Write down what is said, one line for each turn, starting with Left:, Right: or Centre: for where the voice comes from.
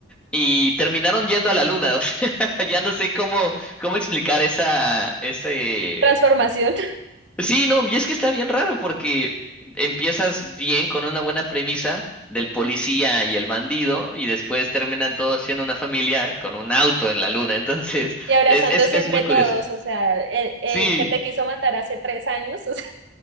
Centre: y terminaron yendo a la luna, <laughs> o sea, ya no sé cómo, cómo explicar esa, ese
Right: Transformación
Centre: Sí, no, y es que está bien raro porque empiezas bien con una buena premisa del policía y el bandido y después terminan todos siendo una familia con un auto en la luna. Entonces,
Right: y abrazándose
Centre: es, es, es
Right: entre
Centre: muy curioso.
Right: todos, o sea, el, el
Centre: Sí,
Right: que te quiso matar hace tres años, o sea,